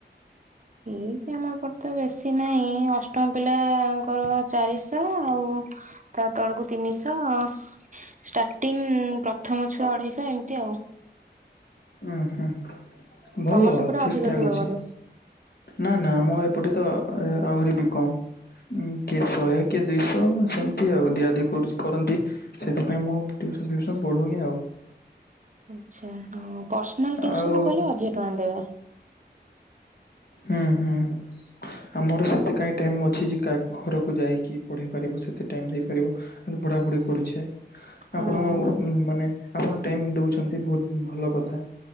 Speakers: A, on the right; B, on the left.
A: ଫିସ ଆମ ଏପଟେ ତ ବେଶୀ ନାହିଁ ଅଷ୍ଟମ ପିଲାଙ୍କର ଚାରିଶହ ଆଉ ତା ତଳକୁ ତିନିଶହ ଷ୍ଟାର୍ଟିଂ ପ୍ରଥମ ଛୁଆ ଅଢେଇଶହ ଏମିତି ଆଉ
B: ଉଁ ହୁଁ ଭଲ
A: ତମ ସେପଟେ
B: ଠିକ
A: ଅଧିକ
B: ଠାକ
A: ଥିବ
B: ଅଛି।
A: ବୋଧେ
B: ନା ନା ଆମର ଏପଟେ ତ ଆହୁରି ବି କମ୍। ଉଁ କିଏ ଶହେ କିଏ ଦିଇଶହ ସେମିତି ଆଉ ଦିଆ ଦି କରୁଛି କରନ୍ତି। ସେଥିପାଇଁ ମୁଁ ଆଉ ଟେଉସନ ଫିଉସନ୍ ପଢଉନି ଆଉ।
A: ଆଛା ହଁ ପର୍ସନାଲ ଟିଉସନ
B: ଆଉ
A: କଲେ ହଜାର ଟଙ୍କା ଦେବ।
B: ହଁ ହଁ। ଆମର ସେତେ କାଇଁ ଟାଇମ ଅଛି ଯେ କା ଘରକୁ ଯାଇକି ପଢେଇ ପାରିବୁ ସେତେ ଟାଇମ ଦେଇପାରିବୁ ହେଲେ ପଢାପୁଢି କରୁଛେ।
A: ହଁ
B: ଆପଣ ମାନେ ଆପଣ ଟାଇମ ଦଉଛନ୍ତି ବହୁତ ଭଲ କଥା।